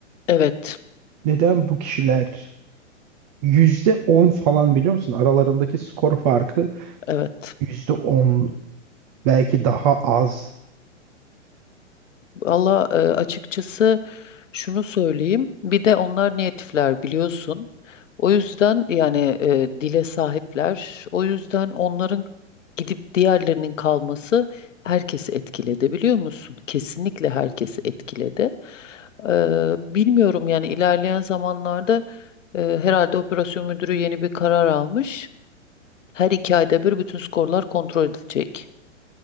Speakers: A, on the left (about 75°); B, on the right (about 35°).
A: Evet,
B: neden bu kişiler yüzde on falan biliyor musun? Aralarındaki skor farkı
A: evet.
B: yüzde on belki daha az.
A: Valla e, açıkçası şunu söyleyeyim. Bir de onlar natifler biliyorsun. O yüzden yani e, dile sahipler. O yüzden onların gidip diğerlerinin kalması herkesi etkiledi biliyor musun? Kesinlikle herkesi etkiledi. Eee, bilmiyorum yani ilerleyen zamanlarda eee, herhalde operasyon müdürü yeni bir karar almış. Her iki ayda bir bütün skorlar kontrol edilecek.